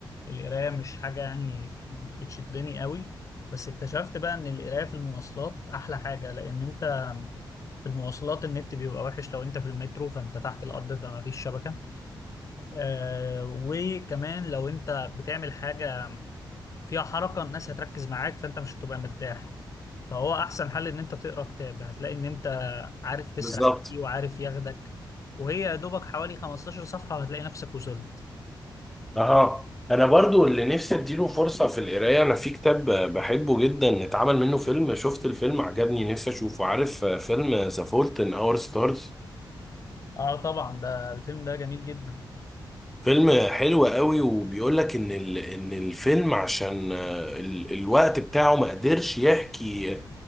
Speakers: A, on the left; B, in the centre.
A: القرايه مش حاجه يعني بتشدني قوي بس اكتشفت بقى ان القرايه في المواصلات احلى حاجه لان انت في المواصلات النت بيبقى وحش لو انت في المترو فانت تحت الارض فما فيش شبكه آه وكمان لو انت بتعمل حاجه فيها حركه الناس هتركز معاك فانت مش هتبقى مرتاح فهو احسن حل ان انت تقرا كتاب هتلاقي ان انت عارف تسرح
B: بالظبط
A: فيه وعارف ياخدك وهي يا دوبك حوالي 15 صفحه وهتلاقي نفسك وصلت
B: اه انا برضو اللي نفسي اديله فرصة في القراية انا في كتاب بحبه جدا اتعمل منه فيلم شفت الفيلم عجبني نفسي اشوفه عارف فيلم ذا فولت ان اور ستارز
A: اه طبعا ده الفيلم ده جميل جدا
B: فيلم حلو قوي وبيقول لك ان ال... ان الفيلم عشان آه، ال... الوقت بتاعه ما قدرش يحكي